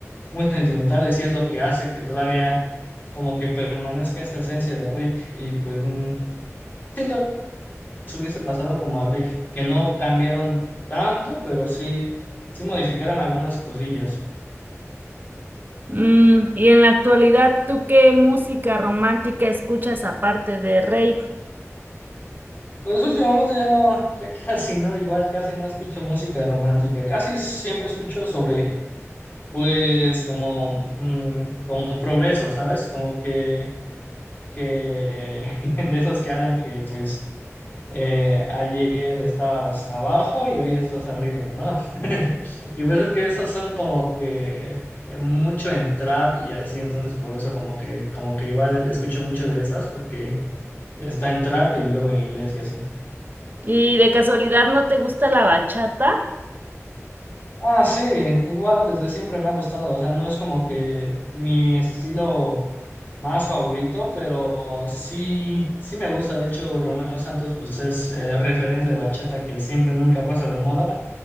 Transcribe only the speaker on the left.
muy sentimentales y es lo que hace que todavía como que permanezca esa esencia de Rick. Y pues mm, siento que se hubiese pasado como a Rick, que no cambiaron tanto, pero sí, sí modificaron algunas cosillas.
Pues últimamente ya no, ya <laughs> casi no, igual casi no escucho música romántica, casi siempre escucho sobre, pues, como, mm, como progreso, ¿sabes? Como que, que <laughs> de esos que hablan que, pues, eh, ayer estabas abajo y hoy estás arriba, ¿no? <laughs> Y pues es que esos son como que eh, mucho en trap y así, entonces por eso como que, como que igual escucho mucho de esas porque está en trap y luego en inglés y así.
Ah, sí, igual desde siempre me ha gustado, o sea, no es como que mi estilo más favorito, pero sí, sí me gusta, de hecho, Romeo Santos pues es el referente de bachata que siempre nunca pasa de moda